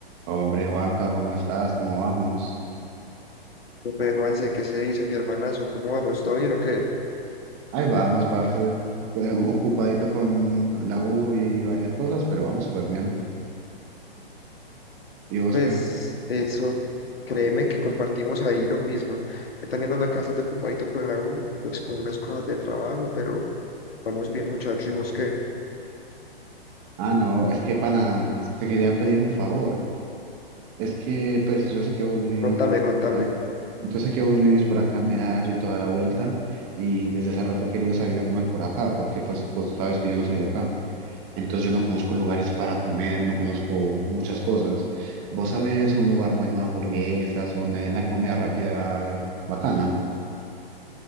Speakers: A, on the right; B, on the left.
A: Hombre, Juanca, ¿cómo estás? ¿Cómo vamos?
B: Pues, Juanse, ¿qué se dice mi hermanazo? ¿Cómo vamos? ¿Todo bien o qué?
A: Ahí vamos, parce. Eh, Ocupadito con la U y varias cosas, pero vamos súper bien. ¿Y vos
B: Pues
A: qué?
B: eso, créeme que compartimos ahí lo mismo. Yo también ando acá bastante ocupadito con la U, pues con unas cosas de trabajo, pero vamos bien, muchacho. ¿Y vos qué?
A: Ah, no, es que pana, te quería pedir un favor. Es que, pues, yo sé que vos vivís,
B: Contame, contame.
A: ah, yo sé que vos vivís por acá en Medallo y toda la vuelta, y desde hace rato he querido salir a comer por acá, porque, pues, vos sabes que yo no soy de acá. Entonces yo no conozco lugares para comer, no conozco muchas cosas. ¿Vos sabés un lugar bueno de hamburguesas o donde vendan comida rápida bacana?